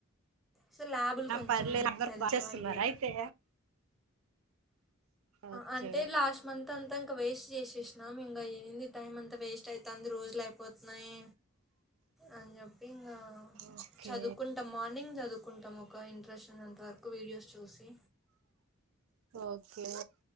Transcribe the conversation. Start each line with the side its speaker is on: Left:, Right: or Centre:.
Centre: సో ల్యాబులు కొంచెం
Right: పర్లేదు అందరు
Centre: తెలుసు
Right: బాగా చేస్తున్నారా
Centre: ఐడియా
Right: అయితే ఓకే
Centre: అంటే లాస్ట్ మంత్ అంతా ఇంక వేస్ట్ చేసేసినాం ఇంగ ఏంది టైం అన్ అంత వేస్ట్ అయితాంది రోజులు అయిపోతున్నాయి అని చెప్పి ఇంగ
Right: ఓకే
Centre: చదువుకుంటాం మార్నింగ్ చదువుకుంటాం ఒక ఇంట్రెస్ట్ ఉన్నంతవరకు వీడియోస్ చూసి
Right: ఓకే